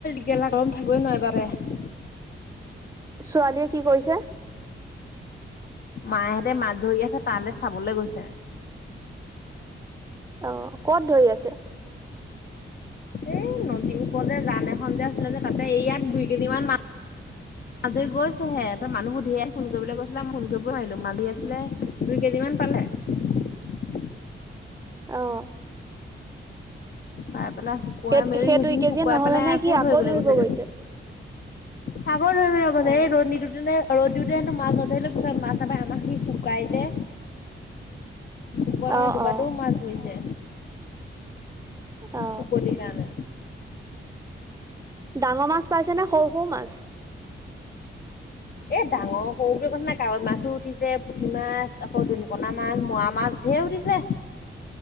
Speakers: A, on the left; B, on the right.
A: গেলা গৰম থাকই নোৱাৰাৰে পাপে।
B: ছোৱালীয়ে কি কৰিছে?
A: মাহঁতে মাছ ধৰি আছে তালৈ চাবলৈ গৈছে।
B: অ কত ধৰি আছে?
A: এই নদীৰ ওপৰ যান এখন যে আছিলে যে তাতে এইয়াত দুই কেজি মান মাছ। আজি গৈছেহে মানুহবোৰ ধেৰ ফোন কৰিবলৈ কৈছিলাম ফোন কৰিব নোৱাৰিলো মাজী আছিলে দুই কেজি মান পালে। <unintelligible>
B: আহ
A: পাই পেলাই শুকুৱাই
B: সেই,
A: মেলি
B: সেই
A: সেইখিনি
B: দুই কেজিয়ে
A: শুকুৱাই
B: নহ'লে
A: পেলাই
B: নে
A: আকৌ
B: কি
A: ধৰিব ল গৈছেগে।
B: গৈছে?
A: সাগৰ ধৰিব লগত
B: অ'।
A: এই ৰ'দ নিদিতে ন ৰ'দ দিওঁতে। মা গধৰিলে পিছত মা তাপাই আমাক সি শুকাই যে। শুকোৱাৰ
B: অ
A: কাৰণে দুবাৰটোও
B: অ
A: মাছ ধৰিছে।
B: অ
A: শুকতি কাৰণে।
B: ডাঙৰ মাছ পাইছে নে সৰু সৰু মাছ।
A: এ ডাঙৰ সৰু বুলি কথা নাই কাৱৈ মাছো উঠিছে, পুঠি মাছ। আকৌ দনিকনাা মাছ মোৱা মাছ ধেৰ উঠিছে।